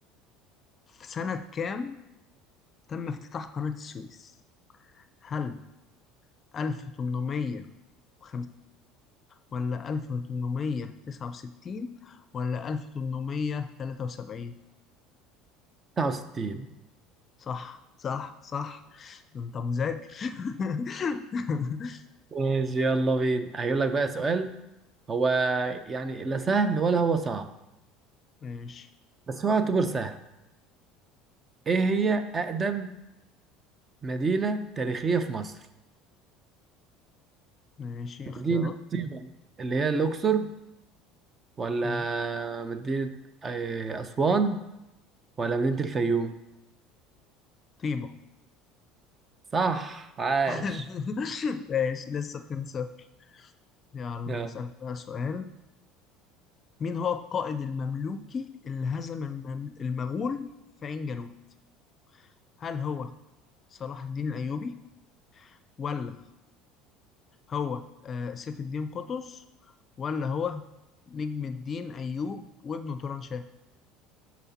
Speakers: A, on the left; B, on the right.
A: في سنة كام تم افتتاح قناة السويس هل 1850 ولا 1869 ولا 1873
B: 69
A: صح صح صح ده انت مذاكر <laughs>
B: ماشي يلا بينا هيقول لك بقى سؤال هو يعني لا سهل ولا هو صعب
A: ماشي
B: بس هو يعتبر سهل ايه هي أقدم مدينة تاريخية في مصر
A: ماشي اختيارات
B: مدينة طيبة اللي هي الأقصر ولا
A: مم.
B: مدينة آه، أسوان ولا مدينة الفيوم
A: طيبة
B: صح عاش
A: <laughs> ماشي لسه 2-0 يلا
B: يلا
A: اسألك بقى سؤال مين هو القائد المملوكي اللي هزم المم- المغول في عين جالوت هل هو صلاح الدين الأيوبي ولا هو آه، سيف الدين قطز ولا هو نجم الدين أيوب وابنه توران شاه